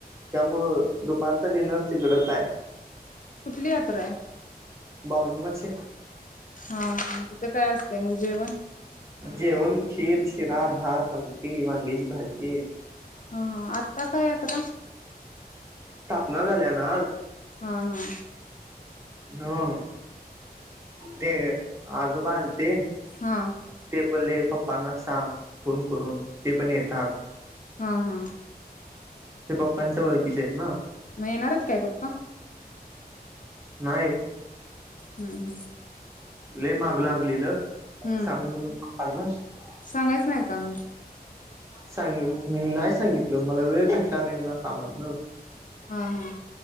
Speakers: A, on the right; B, on the left.
A: त्यामुळं दुपारचं डिनर तिकडचं हाय.
B: कुठली यात्रा आहे?
A: <unintelligible> मासे
B: हा, तिथं काय असते मग जेवण?
A: जेवण खीर, शिरा, भाात आमटी, वांग्याची भाजी.
B: हा हा, आज कसा यात्रा?
A: ना झाल्या ना आज?
B: हा हा.
A: हो. ते -आजोबा आलते
B: हा
A: ते बोलले पप्पांना सांग. कोण- करून ते पण येतात.
B: हा हा
A: ते पप्पांच्या ओळखीचे आहेत ना.
B: म येणार आहेत काय पप्पा?
A: नाही.
B: हम हम.
A: लै माग लागलेलं
B: हम्म
A: सांग म्हणून. अ <unintelligible>
B: सांगायच नाही का म?
A: सांग -नाही सांगितलं मला वेळ भेटला नाही ना कामात न.
B: हा हा.